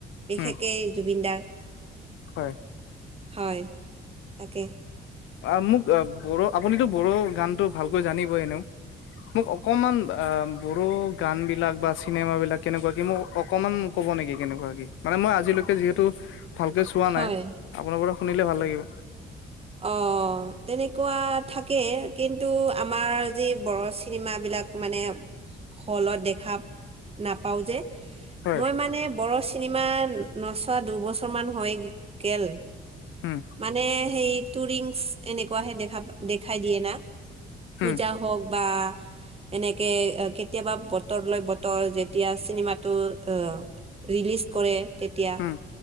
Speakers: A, on the right (about 30°); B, on the left (about 80°).
A: বিশেষকেই
B: উম
A: জুবিনদাৰ।
B: হয়।
A: হয় তাকে।
B: অ', মোক ব়ো আপুনিতো বড়ো গানতো ভালকৈ জানিবই এনেও। মোক অকমান আ ব়ো গান বিলাক বা চিনেমা বিলাক কেনেকুৱা কি মোক অকমান কব নেকি কেনেকুৱা কি মানে মই আজিলৈকে যিহেতু ভালকৈ চোৱা
A: হয়
B: নাই আপোনাৰ পৰা শুনিলে ভাল লাগিব।
A: অ', তেনেকুৱা থাকে। কিন্তু আমাৰ যি বড় চিনেমাবলাক মানে হলত দেখা নাপাওঁ যে।
B: হয়
A: মই মানে বড়ো চিনেমা নচোৱা দুবছৰ মান হৈ গেল।
B: উম
A: মানে সেই টুৰিংচ এনেকুৱাহে দেখা দেখাই দিয়ে না। পূজা
B: উম
A: হওক বা এনেকে কেতিয়াবা বতৰ লৈ বতৰ যেতিয়া চিনেমাটো আহ ৰিলিজ কৰে। তেতিয়া
B: উম,